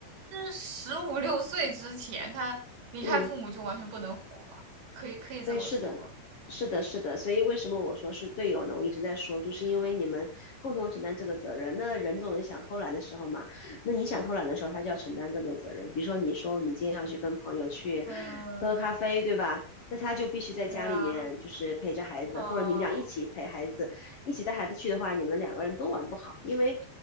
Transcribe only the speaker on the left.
嗯。
对，是的，是的，是的。所以为什么我说是队友呢？我一直在说，就是因为你们共同承担这个责任。那人总有想偷懒的时候嘛，那你想偷懒的时候，他就要承担更多责任。比如说，你说你今天要去跟朋友去
喝喝咖啡，对吧？那他就必须在家里面就是陪着孩子，
或者你们俩一起陪孩子，一起带孩子去的话，你们两个人都玩不好，因为